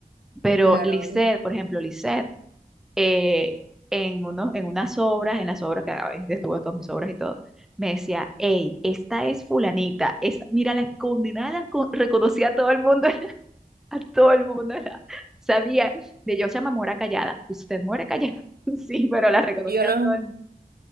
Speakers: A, in the centre; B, on the right.
A: Pero
B: Claro.
A: Lisette, por ejemplo, Lisette, eh, en, uno, en unas obras, en las obras que a veces estuvo en todas mis obras y todo, me decía, hey, esta es fulanita, es, mira, la condenada la con- reconocía a todo el mundo, <laughs> a todo el mundo, <laughs> la- sabía, de yo se llama Mora Callada, usted muere callada, <laughs> sí, pero la reconocía
B: Yo no.
A: a todo el mundo.